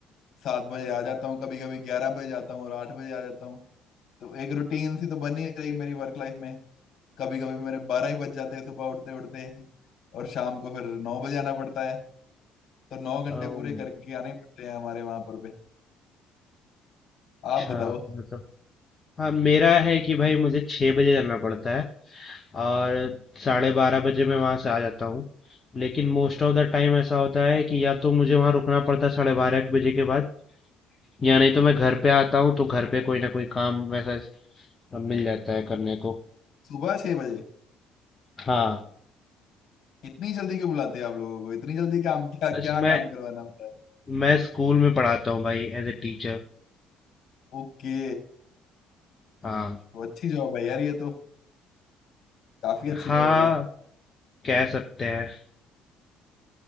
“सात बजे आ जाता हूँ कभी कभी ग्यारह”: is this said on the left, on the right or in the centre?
Left